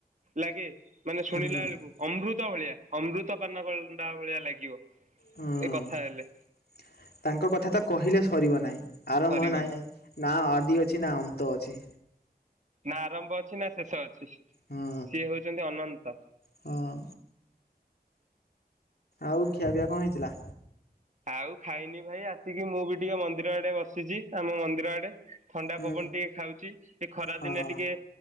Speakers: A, on the right; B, on the left.
A: ଲାଗେ ମାନେ ଶୁଣିଲା
B: ହୁଁ।
A: ବେଳକୁ ଅମୃତ ତ ଭଳିଆ। ଅମୃତ ପାନ କ ଅଣ୍ଡା ଭଳିଆ ଲାଗିବ।
B: ହୁଁ
A: ଏ କଥା ହେଲେ
B: ତାଙ୍କ କଥା ତ କହିଲେ ସରିବ ନାହିଁ। ଆରମ୍ଭ
A: ସରିବନି
B: ନହିଁ ନା ଆଦି ଅଛି ନା ଅନ୍ତ ଅ ଆଛିି।
A: ନା ଆରମ୍ଭ ଅଛି ନା ଶେଷ ଅଛି ସିଏ
B: ହୁଁ
A: ହଉଛନ୍ତି ଅନନ୍ତ।
B: ହୁଁ ଆଉ ଖିଆପିଆ କଣ ହେଇଥିଲା?
A: ଆଉ ଖାଇନି ଭାଇ ଆସିକି ମୁଁ ବି ଟିକେ ମନ୍ଦିର ଆଡେ ବସିଛି। ଆମ ମନ୍ଦିର ଆଡେ ଥଣ୍ଡା
B: ହୁଁ
A: ପବନ ଟିକେ ଖାଉଛି ଏ ଖରା
B: ହଁ
A: ଦିନେ ଟିକେ